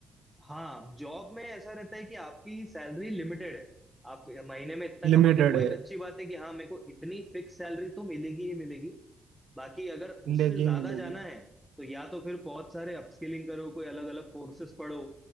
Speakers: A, in the centre; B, on the right.
A: हाँ जॉब में ऐसा रहता है कि आपकी सैलरी लिमिटेड है आप महीने में इतना कमाओगे
B: लिमिटेड
A: वो
B: है
A: एक अच्छी बात है कि हाँ मेरे को इतनी फिक्स सैलरी तो मिलेगी ही मिलेगी बाकी अगर
B: मिलेगी
A: उससे ज्यादा
B: मिलेगी
A: जाना है तो या तो फिर बहुत सारे अपस्किलिंग करो कोई अलग अलग कोर्सेस पढ़ो